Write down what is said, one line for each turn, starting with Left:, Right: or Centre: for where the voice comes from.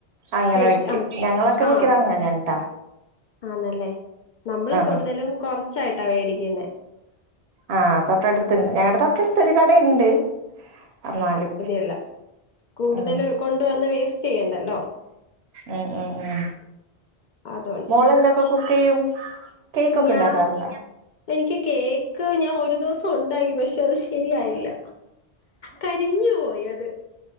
Right: അങ്ങനെ
Left: മേടിച്ച്
Right: വയ്ക്കും
Left: ആഹ്
Right: ഞങ്ങളൊക്കെ
Left: ആഹ്
Right: മിക്കതും അങ്ങനെയാണ് ട്ടാ
Left: ആന്നല്ലേ നമ്മള് കൂടുതലും
Right: ആഹ്
Left: കൊറച്ചായിട്ടാ മേടിക്കുന്നെ
Right: ആഹ് തൊട്ടടുത്ത്ണ്ട് ഞങ്ങളുടെ തൊട്ടടുത്തൊരു കടുണ്ട് എന്നാലും
Left: പുതിയല്ല കൂടുതൽ
Right: ഉം
Left: കൊണ്ട് വന്ന് വേസ്റ്റ് ചെയ്യണ്ടല്ലോ
Right: ഉം ഉം ഉം
Left: അതുകൊണ്ട്
Right: മോളെന്തൊക്കെ കുക്ക് ചെയ്യും കേക്കൊക്കെ
Left: ഞാ
Right: ഉണ്ടാക്കാറുണ്ടോ
Left: എനിക്ക് കേക്ക് ഞാൻ ഒരു ദിവസം ഉണ്ടാക്കി പക്ഷെ അത് ശരിയായില്ല കരിഞ്ഞു പോയി അത്